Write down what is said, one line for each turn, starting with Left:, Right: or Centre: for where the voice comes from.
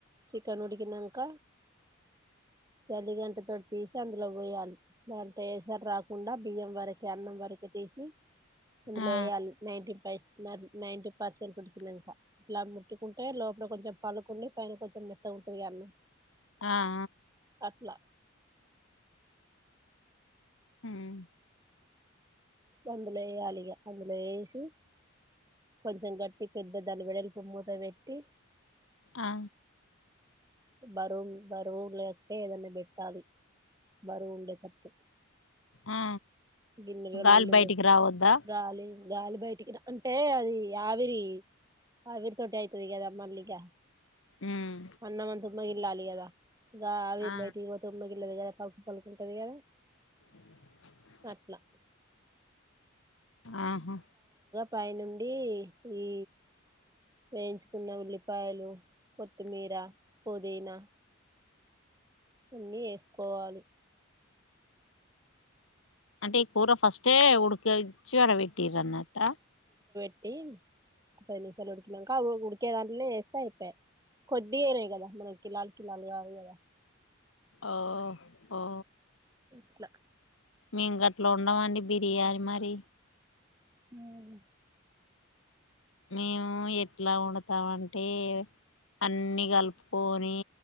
Right: చికెన్ ఉడ్కినంక జల్లిగంటతోటి తీశి అందులో పోయాలి అంటె ఏసరు రాకుండా బియ్యం వరకె అన్నం వరకె తీసి అంద్లు
Left: ఆ
Right: ఎయ్యాల్ నైంటి పైస్ నర్స్ నైంటీ పర్సెంట్ ఉడ్కినంక ఇట్ల ముట్టుకుంటే లోపల కొంచెం పలుకుండి పైన కొంచెం మెత్తగా ఉంటది గ అన్నం
Left: ఆ అ
Right: అట్లా
Left: ఉమ్
Right: అందులో ఎయ్యాలిగ అందులో ఎశి కొంచం గట్టి పెద్ద దాని వెడల్పు మూతవేట్టి
Left: అ
Right: బరువు బరువు లేకుంటే ఏదన్న పెట్టాలి బరువు ఉండేటట్టు
Left: ఆ
Right: గిన్నల
Left: గాలి
Right: నీళ్ళు
Left: బయటికి
Right: పోస్కో
Left: రావద్దా
Right: గాలి గాలి బయటికి అంటే అదీ ఆవిరి ఆవిరి తోటి ఐతది గదా మళ్ళీక
Left: హ్మ్
Right: అన్నమంత ఉమ్మగిల్లాలి గదా ఇగ ఆవిరి
Left: ఆ
Right: బయటికి పోతె ఉమ్మగి ఎల్లదు గదా పలుకు పలుకుంటది గదా
Left: <inaudible>
Right: అట్ల
Left: ఆహా
Right: పైనుండీ ఈ వేయించుకున్న ఉళ్ళిప్ పాయ్లు కొత్తిమీర, పుదీన అన్నీ ఎస్కోవాలి
Left: అంటె ఈ కూర ఫస్టే ఉడిక చ్చి ఆడ వెట్టిరన్నట్ట
Right: ట్టీ ఒ పది నిమిషాలు ఉడ్కినంక అవువు క్కే దాంట్లేనే ఎస్తే ఐపయే కొద్దిగనె గద మనకిి కిలాలు కిలాలు కాదు గద
Left: ఆ ఆ
Right: అట్లా
Left: మేం గ అట్లా ఉండవండి బిర్యాని మరి
Right: హ్మ్
Left: మేము ఎట్లా ఉండ తాంటే అన్నీ కలుపుకొని